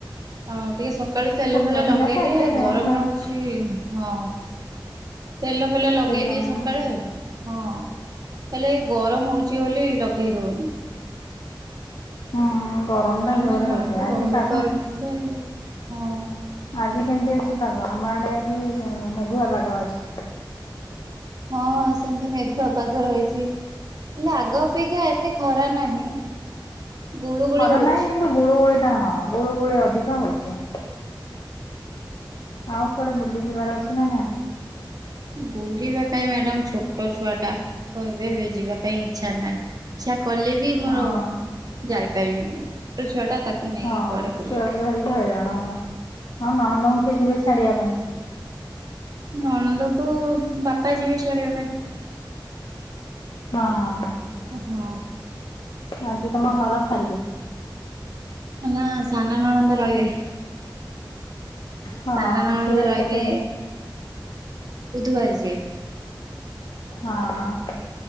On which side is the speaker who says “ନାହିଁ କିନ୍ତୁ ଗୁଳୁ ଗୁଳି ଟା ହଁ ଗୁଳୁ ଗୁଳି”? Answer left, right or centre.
Left